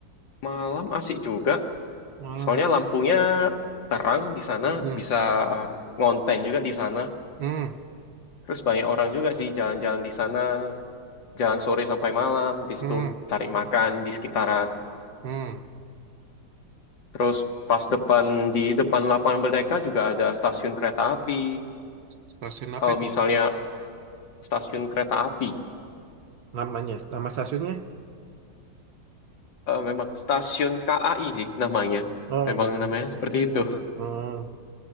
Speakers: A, on the left; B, on the right.
A: malam asik juga,
B: Malam.
A: soalnya
B: ah.
A: lampunya terang di sana,
B: Hmm.
A: bisa ngonten juga di sana.
B: Hmm.
A: Terus banyak orang juga sih jalan-jalan di sana jalan sore sampai malam, bis
B: Hmm.
A: itu cari makan di sekitaran.
B: Hmm.
A: Terus pas depan di depan lapangan Merdeka juga ada stasiun kereta api.
B: Stasiun
A: Kalau
B: apa itu?
A: misalnya stasiun kereta api,
B: Namanya, nama stasiunnya?
A: eh, memang stasiun KAI sih namanya.
B: Oh,
A: Memang
B: nggak ada.
A: namanya seperti itu.
B: Oh,